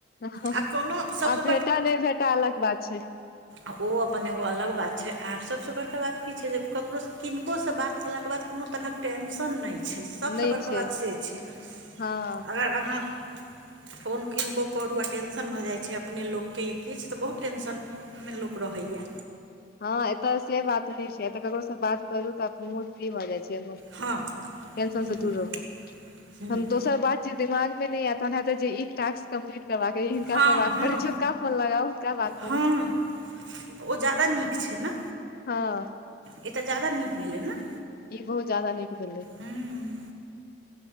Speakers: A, on the left; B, on the right.
A: हँ-हँ
B: आ कोनो सभसँ
A: आ भेटा नहि भेटा अलग बात छै।
B: आ ओ अपन एगो अलग बात छै आर सभसँ बड़का बात की छै जे ककरोसँ किनकोसँ बात कयेलाके बाद कोनो तरहक टेन्शन नहि छै सबसँ
A: नहि
B: बड़का
A: छै
B: बात से छै अगर
A: हँ
B: अहाँ फोन किनको करू आ टेंशन भऽ जाइ छै अपने लोककेँ किछु तऽ बहुत टेंशन मे लुक रहोइय।
A: हँ एतऽ से बात नहि छै एतऽ ककरो से बात करू तऽ अपन मूड फ्री भऽ जाइ छै।
B: हँ
A: ंशनसँ
B: हूँ
A: दूर रहू
B: हूँ
A: हम दोसर बात जे दिमाग मे नहि एत हेत जे ई टास्क कम्प्लीट करा के हिनका
B: हँ
A: से बात
B: हँ
A: कर हुनका फोन लगाउ हुनका बात
B: हँ
A: करू।
B: ओ जादा नीक छै ने।
A: हँ
B: ई तऽ ज्यादा नीक भेलै ने।
A: ई बहुत ज जााददा नीकु भेलै।
B: हूँ